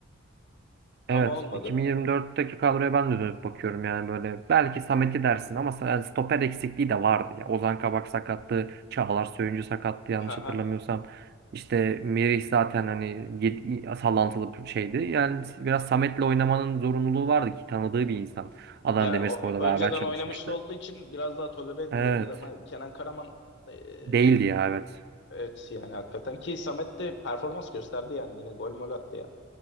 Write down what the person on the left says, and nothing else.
Ama olmadı.
<laughs> Haha.
Ya
o, e, önceden
oynamış da olduğu için biraz daha tolere edilebilir
ama Kenan Karaman e,
evet yani hakikaten ki Samet de performans gösterdi yani yine gol mol attı yani.